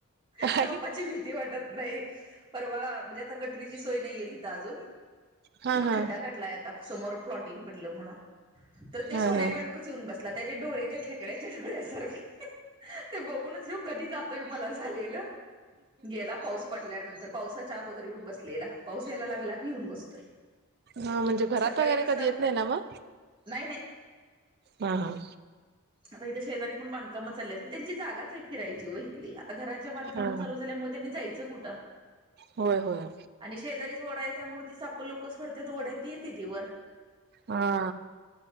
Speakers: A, on the right; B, on the right.
A: सापाची
B: आई
A: भीती वाटत नाही परवा म्हणजे आता गटरीची सोय नाहीये हिथ अजून.
B: हा
A: मग
B: हा
A: खड्डा काढलाय आता, समोर प्लॉटिंग पडलं म्हणून, तर ते
B: हा
A: सोन्या
B: हा
A: बेडूक त्याचे खेकड्याच्या डोळ्यासारखे बघूनच ह्यो कधी जातो मला झालेलं गेला पाऊस पडल्यानंतर पाउसा च्या अगोदर येऊन बसलेला, पाऊस यायला लागला की येऊन बसतोय.
B: हा म्हणजे घरात
A: मग सकाळी
B: वगैरे
A: कसं
B: कधी येत नाही ना म.
A: नाही नाही
B: हा हा.
A: आता इथं शेजारीण बांधकाम चालेत, पण त्यांची जागाचे फिरायची व इथली, हात आता घराच्या बांधकामात
B: हा
A: चालू झाल्यामुळे त्यांनी जायचं कुठं?
B: होय होय
A: आणि शेजारी ओढा य त्यामुळे ति साप लोक सोडत्यात ओढ्यात ती येतेती वर.
B: हा.